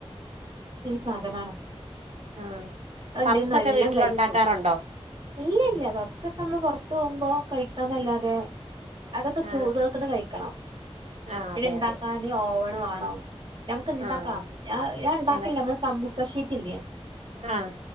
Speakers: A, on the right (about 45°); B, on the right (about 85°).
A: സാധനാണ്
B: ആ
A: അത്ണ്ടെങ്കി
B: പപ്സൊക്കെ
A: നല്ലോം
B: വീട്ടിലൊണ്ടാക്കാറുണ്ടോ
A: കഴിക്കും ഇല്ല ഇല്ല പപ്സൊക്ക നമ്മള് പൊറത്ത് പോകുമ്പോ കഴിക്കാന്നല്ലാതെ അതൊക്കെ
B: ആഹ്
A: ചൂടോടെ തന്നെ കഴിക്കണം
B: ആഹ്
A: ഇതിണ്ടാക്കാന്
B: അതെ അതെ
A: ഓവണ് വേണം നമുക്ക് ഇണ്ടാക്കാം
B: ആഹ്
A: ഞാൻ ഇണ്ടാക്കില്ല
B: അതെ
A: നമ്മടെ സമൂസ ഷീറ്റില്ലേ
B: ആഹ്